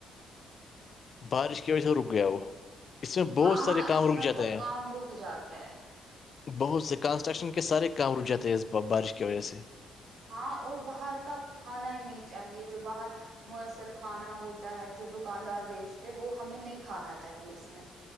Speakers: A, on the left; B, on the right.
A: بارش کی وجہ سے رک گیا وہ اس میں بہت
B: ہاں
A: سارے
B: ہاں
A: کام
B: اس
A: رک
B: میں
A: جاتے
B: تو
A: ہیں
B: کام رک جاتا ہے
A: بہت سے کنسٹرکشن کے سارے کام رک جاتے ہیں اس بارش کی وجہ سے
B: ہاں اور باہر کا کھانا ہی نہیں چاہیے جو باہر میسر کھانا ہوتا ہے جو دکاندار بیچتے وہ ہمیں نہیں کھانا چاہیے اس میں